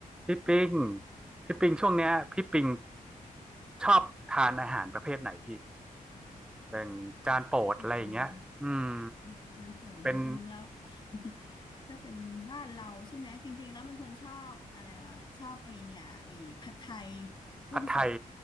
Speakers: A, in the centre; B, on the left.
A: พี่ปิงพี่ปิงช่วงเนี้ยพี่ปิงชอบทานอาหารประเภทไหนพี่เป็นจานโปรดอะไรอย่างเงี้ยอืม
B: อืม <laughs> เป็นโปรดจริงๆแล้ว
A: เป็น
B: <laughs> ถ้าเป็นบ้านเราใช่ไหมจริงๆแล้วเป็นคนชอบอะไรวะชอบไอเนี่ยไอผัดไทยกุ้งสด
A: ผัดไทย